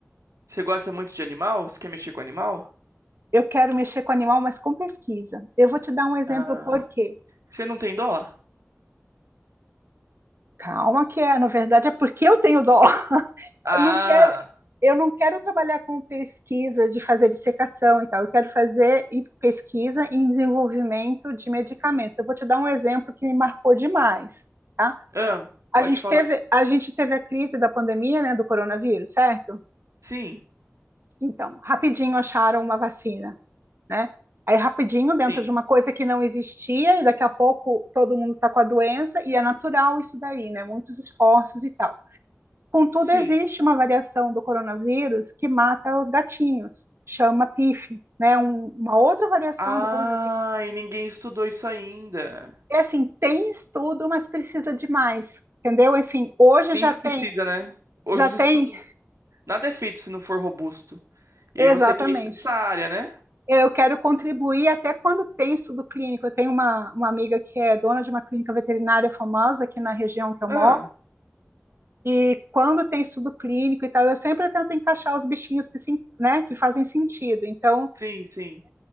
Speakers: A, on the right; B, on the right.
A: Você gosta muito de animal? Você quer mexer com animal?
B: Eu quero mexer com animal, mas com pesquisa. Eu vou te dar um exemplo
A: Ah.
B: por quê.
A: Você não tem dó?
B: Calma que é, na verdade é porque eu tenho dó.
A: Ah.
B: eu não quero, eu não quero trabalhar com pesquisa de fazer dissecação e tal, eu quero fazer em pesquisa em desenvolvimento de medicamentos. Eu vou te dar um exemplo que me marcou demais, tá?
A: Ah,
B: A
A: pode
B: gente
A: falar.
B: teve, a gente teve a crise da pandemia, né, do coronavírus, certo?
A: Sim,
B: Então, rapidinho acharam uma vacina, né? Aí rapidinho, dentro
A: sim,
B: de uma coisa que não existia, e daqui a pouco todo mundo está com a doença, e é natural isso daí, né? Muitos esforços e tal. Contudo,
A: sim.
B: existe uma variação do coronavírus que mata os gatinhos, chama PIF, né? Um- uma outra variação
A: Ah,
B: do coronavírus.
A: e ninguém estudou isso ainda.
B: É assim, tem estudo, mas precisa de mais, entendeu? Assim, hoje
A: Sempre
B: já tem,
A: precisa, né? Hoje
B: já
A: os
B: tem,
A: estudos. Nada é feito se não for robusto. E
B: exatamente.
A: aí você quer ir pra essa área, né?
B: Eu quero contribuir até quando tem estudo clínico. Eu tenho uma, uma amiga que é dona de uma clínica veterinária famosa aqui na região que eu
A: Ah,
B: moro, e quando tem estudo clínico e tal, eu sempre tento encaixar os bichinhos que, se, né, que fazem sentido. Então,
A: sim, sim.